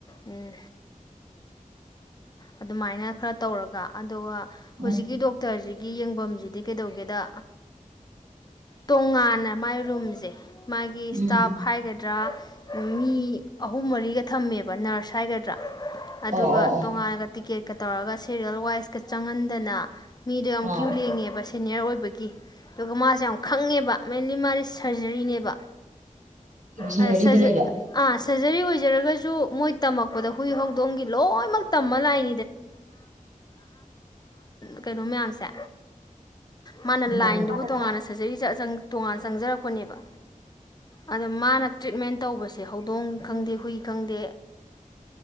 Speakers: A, on the left (about 30°); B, on the right (about 60°).
A: ꯎꯝ ꯑꯗꯨꯃꯥꯏꯅ ꯈꯔ ꯇꯧꯔꯒ ꯑꯗꯨꯒ ꯍꯧꯖꯤꯛꯀꯤ
B: ꯎꯝ
A: ꯗꯣꯛꯇꯔꯁꯤꯒꯤ ꯌꯦꯡꯐꯝꯁꯤꯗꯤ ꯀꯩꯗꯧꯒꯦꯗ ꯇꯣꯉꯥꯟꯅ ꯃꯥꯏ ꯔꯨꯝꯁꯦ ꯃꯥꯒꯤ
B: ꯎꯝ
A: ꯏꯁꯇꯥꯞ ꯍꯥꯏꯒꯗꯤ ꯒꯗ꯭ꯔꯥ ꯃꯤ ꯑꯍꯨꯝ ꯃꯔꯤꯒ ꯊꯝꯃꯦꯕ ꯅꯔꯁ ꯍꯥꯏꯒꯗ꯭ꯔꯥ ꯑꯗꯨꯒ
B: ꯑꯣ ꯑꯣ ꯑꯣ
A: ꯇꯣꯉꯥꯟꯅꯒ ꯇꯤꯀꯦꯠꯀ ꯇꯧꯔꯒ ꯁꯦꯔꯤꯌꯦꯜ ꯋꯥꯏꯁꯀ ꯆꯪꯍꯟꯗꯅ ꯃꯤꯗꯣ ꯌꯥꯝ
B: ꯑꯥ
A: ꯀ꯭ꯌꯨ ꯂꯦꯡꯉꯦꯕ ꯁꯦꯅꯤꯌꯔ ꯑꯣꯏꯕꯒꯤ ꯑꯗꯨꯒ ꯃꯥꯁꯨꯦ ꯌꯥꯝ ꯈꯪꯉꯦꯕ ꯃꯦꯟꯂꯤ ꯃꯥꯗꯤ ꯁꯔꯖꯔꯤꯅꯦꯕ
B: ꯁꯨꯗꯔꯤꯗ
A: ꯑꯥ
B: ꯂꯩꯕ
A: ꯁꯔꯖꯔꯤ ꯑꯣꯏꯖꯔꯒꯁꯨ ꯃꯣꯏ ꯇꯝꯃꯛꯄꯗ ꯍꯨꯏ ꯍꯧꯗꯣꯡꯒꯤ ꯂꯣꯏꯅꯃꯛ ꯇꯝꯃ ꯂꯥꯛꯏ ꯀꯩꯅꯣ ꯃꯌꯥꯝꯁꯦ ꯃꯥꯅ
B: ꯃꯥꯅꯦ
A: ꯂꯥꯏꯟꯗꯨꯕꯨ
B: ꯃꯥꯅꯦ
A: ꯇꯣꯉꯥꯟꯅ ꯁꯔꯖꯔꯤ ꯇꯣꯉꯥꯟꯅ ꯆꯪꯖꯔꯛꯄꯅꯦꯕ ꯑꯗꯣ ꯃꯥꯅ ꯇ꯭ꯔꯤꯠꯃꯦꯟ ꯇꯧꯕꯁꯦ ꯍꯧꯗꯣꯡ ꯈꯪꯗꯦ ꯍꯨꯏ ꯈꯪꯗꯦ